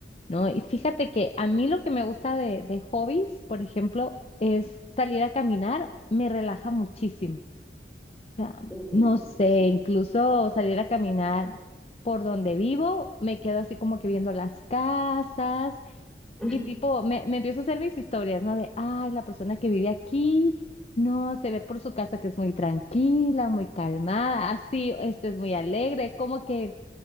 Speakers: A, on the left; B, in the centre.
A: ¿no? Y fíjate que a mí lo que me gusta de, de hobbies, por ejemplo, es salir a caminar, me relaja muchísimo. O sea,
B: Uh,
A: no sé,
B: sí.
A: incluso salir a caminar por donde vivo, me quedo así como que viendo las casas
B: <laughs>
A: y tipo, me, me empiezo a hacer mis historias, ¿no? De, ay, la persona que vive aquí, no, se ve por su casa que es muy tranquila, muy calmada, así, este es muy alegre, como que...